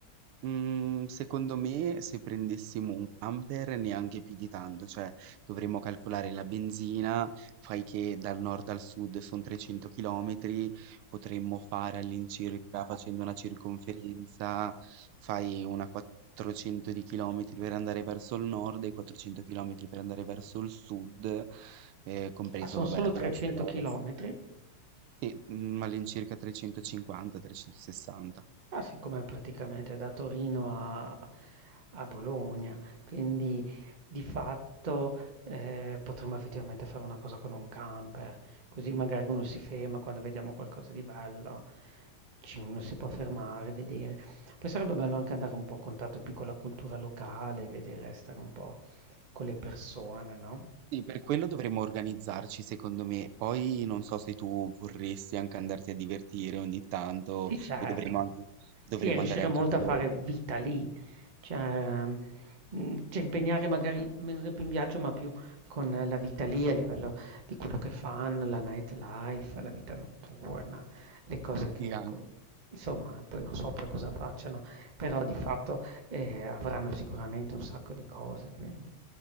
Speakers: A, on the right (about 80°); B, on the right (about 35°).
A: Mhmm, secondo me se prendessimo un camper neanche più di tanto, cioè dovremmo calcolare la benzina, fai che dal nord al sud son 300 chilometri, potremmo fare all'incirca, facendo una circonferenza, fai una 400 di chilometri per andare verso il nord e 400 chilometri per andare verso il sud, ehm, compreso
B: Ah, sono
A: vabbè
B: solo 300
A: l'est e l'ovest.
B: chilometri
A: Sì, mhmm, all'incirca 350, 360.
B: Ma siccome praticamente da Torino a a Bologna, quindi di fatto, ehm, potremmo effettivamente fare una cosa con un camper, così magari uno si ferma quando vediamo qualcosa di bello, ci uno si può fermare, vedere. Poi sarebbe bello anche andare un po' a contatto più con la cultura locale, vedere, stare un po' con le persone, no?
A: Sì, per quello dovremmo organizzarci, secondo me. Poi non so se tu vorresti anche andarti a divertire ogni tanto,
B: Sì, certo.
A: poi dovremmo anche, dovremmo
B: Sì, e riuscire
A: andare anche
B: molto
A: a vedere.
B: a fare vita lì, cioè, mh, cioè impegnare magari meno tempo in viaggio, ma più con la vita lì a livello di quello che fanno, la nightlife, la vita notturna, le cose che,
A: Sì, anche.
B: com- insomma, poi non so poi cosa facciano, però di fatto eh, avranno sicuramente un sacco di cose, quindi.